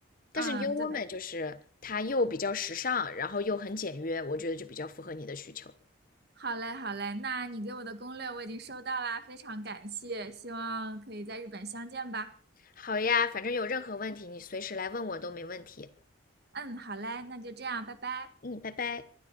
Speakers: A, on the left (about 40°); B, on the right (about 50°).
A: 但是
B: 嗯，
A: New Woman
B: 对，
A: 就是它又比较时尚，然后又很简约，我觉得就比较符合你的需求。
B: 好嘞好嘞，那你给我的攻略我已经收到啦，非常感谢，希望可以在日本相见吧。
A: 好呀，反正有任何问题你随时来问我都没问题。
B: 嗯，好嘞，那就这样，拜拜。
A: 嗯，拜拜。